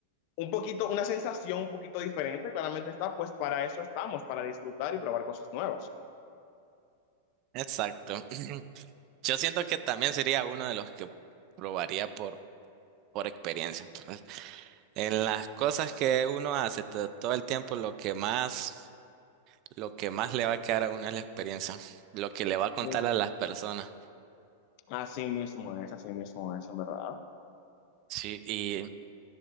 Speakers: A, on the left; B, on the right.
A: un poquito, una sensación un poquito diferente, claramente está, pues para eso estamos, para disfrutar y probar cosas nuevas.
B: Exacto. <clears throat> Yo siento que también sería uno de los que probaría por, por experiencia. Entonces, En las cosas que uno hace to- todo el tiempo, lo que más... Lo que más le va a quedar a uno es la experiencia, lo que le va a contar
A: Sí.
B: a las personas.
A: Así mismo es, así mismo es, en verdad.
B: Sí, y